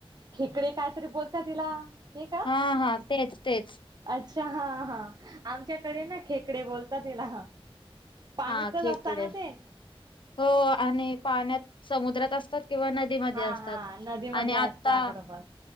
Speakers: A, on the right; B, on the left.
A: खेकडे कायतरी बोलत तिला ते का?
B: हा हा तेच तेच
A: अच्छा हा हा आमच्याकडे ना खेकडे बोलतात तिला पाणीतच
B: हा खेकडे
A: असताना ते
B: हो आणि पाण्यात समुद्रात असतात किंवा न. म
A: हा
B: असतात
A: हा नदीमध्ये
B: आणि
A: असता
B: आता
A: बरोबर.